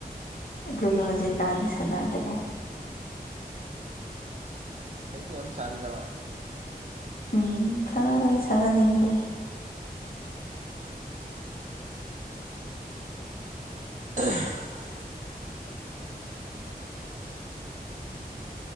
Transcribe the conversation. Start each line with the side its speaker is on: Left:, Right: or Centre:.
Left: ꯑꯗꯨꯒ ꯍꯧꯖꯤꯛꯀꯥꯟꯗꯤ ꯁꯥꯟꯅꯗꯦ
Right: ꯐꯣꯏꯗꯤ ꯑ ꯁꯥꯗ꯭ꯔꯕꯥ
Left: ꯎꯝ ꯆꯉꯒꯦ ꯆꯉꯅꯤ ꯏꯗ꯭ꯔꯦ
Right: <unintelligible>